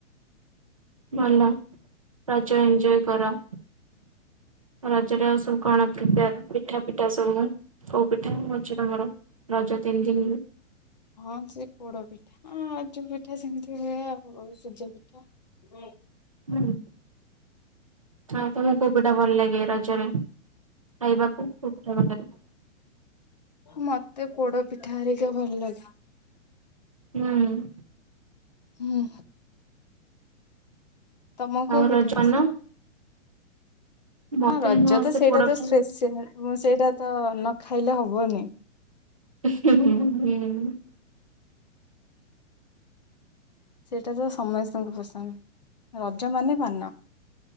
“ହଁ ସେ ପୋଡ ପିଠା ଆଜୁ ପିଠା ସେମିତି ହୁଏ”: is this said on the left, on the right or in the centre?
Left